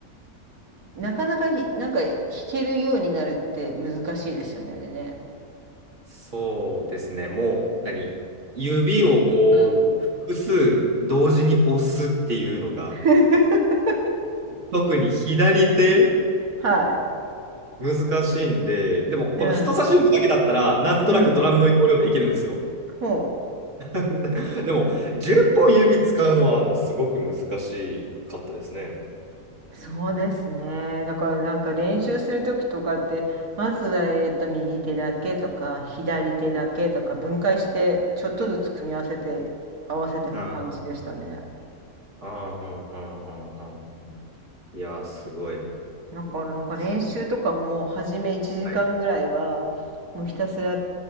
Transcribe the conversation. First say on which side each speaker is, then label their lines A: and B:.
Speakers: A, on the right; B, on the right.
A: なかなかひなんか弾けるようになるって難しいですよねあれね。
B: そうですね。もう、何指をこう、
A: うん
B: 複数同時に押すっていうのが、
A: <laughs>、
B: 特に左手、
A: は
B: 難しいんで、でも、この人差し指だけだったら、
A: いうん
B: なんとなくドラムの要領でいけるんですよ。
A: うんほう
B: <laughs> でも、10本指使うのはもうすごく難しかったですね。
A: そうですね。だからなんか練習する時とかってまずはえっと右手だけとか左手だけとか分解してちょっとずつ組み合わせて合わせていく感じでしたね。
B: ああ、ああ、ああ、いやー、すごい。
A: だからなんか練習とかも初め1時間ぐらいはもうひたすら
B: はい。